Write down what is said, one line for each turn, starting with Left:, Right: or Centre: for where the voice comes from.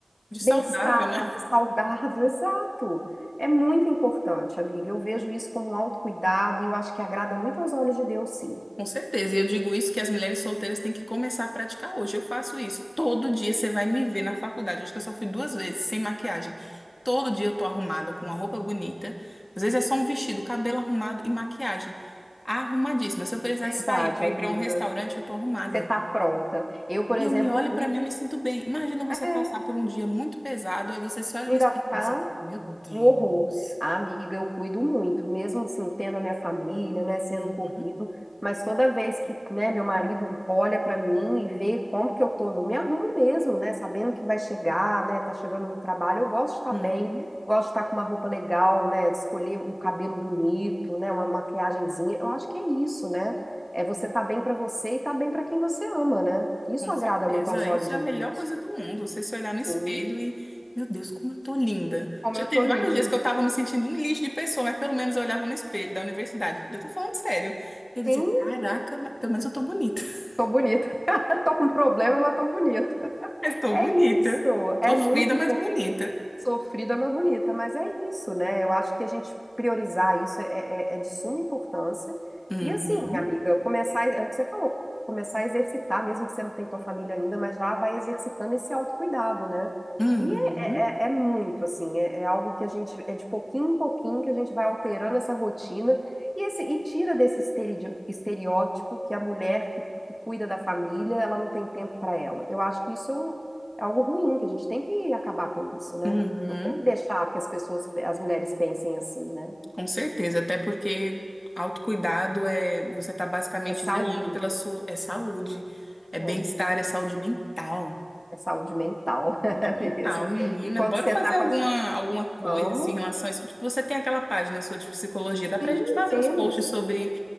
Left: De saudável,
Centre: bem-estar,
Left: né?
Centre: de saudável, <laughs> exato. É muito importante, amiga. Eu vejo isso como um autocuidado e eu acho que agrada muito aos olhos de Deus, sim.
Left: Com certeza. E eu digo isso que as mulheres solteiras têm que começar a praticar hoje. Eu faço isso. Todo dia você vai me ver na faculdade. Acho que eu só fui duas vezes, sem maquiagem. Todo dia eu tô arrumada, com uma roupa bonita. Às vezes é só um vestido, cabelo arrumado e maquiagem. Arrumadíssima. Se eu precisar
Centre: Verdade,
Left: sair pra
Centre: amiga.
Left: ir pra um restaurante, eu tô arrumada.
Centre: Você tá pronta. Eu, por
Left: E
Centre: exemplo,
Left: eu me olho
Centre: cuido.
Left: pra mim, eu me sinto bem. Imagina você
Centre: É,
Left: passar por um dia muito pesado, aí você se olha
Centre: ainda
Left: no espelho e
Centre: tá.
Left: pensa, meu Deus.
Centre: Um horror. Ah, amiga, eu cuido muito, mesmo assim, tendo a minha família, né, sendo
Left: Uhum,
Centre: corrido, mas toda vez que, né, meu marido olha pra mim e vê como que eu tô, eu me arrumo mesmo, né, sabendo que vai chegar, né, tá chegando do trabalho, eu gosto de estar
Left: uhum.
Centre: bem, gosto de estar com uma roupa legal, né, de escolher o cabelo bonito, né, uma maquiagenzinha. Eu acho que é isso, né? É você tá bem pra você e tá bem pra quem você ama, né? Isso
Left: Com
Centre: agrada
Left: certeza,
Centre: muito aos olhos
Left: isso
Centre: de
Left: é a melhor
Centre: Deus.
Left: coisa do mundo. Você se olhar no
Centre: Sim,
Left: espelho e, meu Deus, como eu tô linda.
Centre: como
Left: Já
Centre: eu
Left: teve
Centre: tô
Left: vários
Centre: linda.
Left: dias que eu tava me sentindo um lixo de pessoa, mas pelo menos eu olhava no espelho da universidade. Eu tô falando sério. Eu dizia,
Centre: Sim,
Left: caraca, mas pelo menos eu tô bonita. <laughs>
Centre: Tô bonita. <laughs> Tô com problema, mas tô bonita.
Left: Mas tô
Centre: É
Left: bonita.
Centre: isso. É
Left: Sofrida,
Centre: muito
Left: mas
Centre: importante.
Left: bonita.
Centre: Sofrida, mas bonita, mas é isso, né? Eu acho que a gente priorizar isso é, é- é é de suma importância.
Left: Uhum,
Centre: E assim, amiga, começar, é o que você falou, começar a exercitar, mesmo que você não tenha tua família ainda, mas já vai exercitando esse autocuidado, né?
Left: uhum,
Centre: E é, é- é é muito, assim, é, é algo que a gente, é de pouquinho em pouquinho que a gente vai alterando essa rotina e, esse, e tira desse estere- estereótipo que a mulher que, que cuida da família, ela não tem tempo para ela. Eu acho que isso é um- é algo ruim, que a gente tem que acabar com isso, né?
Left: uhum.
Centre: Não tem que deixar que as pessoas, as mulheres pensem assim, né?
Left: Com certeza, até porque autocuidado é você tá basicamente
Centre: É saúde,
Left: zelando pela sua é saúde, é bem-estar,
Centre: é,
Left: é saúde mental.
Centre: é saúde mental <laughs>
Left: Saúde
Centre: é
Left: mental,
Centre: mesmo.
Left: menina,
Centre: E quando
Left: bora
Centre: você
Left: fazer
Centre: tá com
Left: alguma,
Centre: as...
Left: alguma coisa
Centre: Vamos?
Left: assim, em relação a isso. Tipo, você tem aquela página sua de psicologia,
Centre: Sim,
Left: dá pra gente fazer
Centre: temos,
Left: uns posts sobre